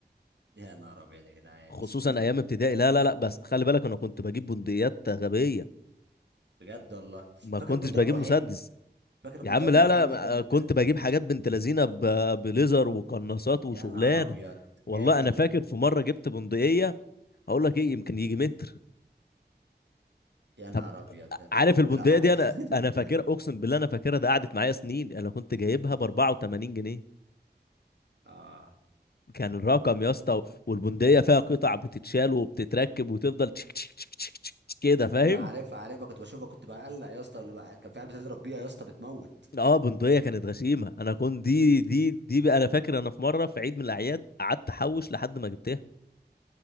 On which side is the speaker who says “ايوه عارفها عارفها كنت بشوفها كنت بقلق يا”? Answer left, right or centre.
Right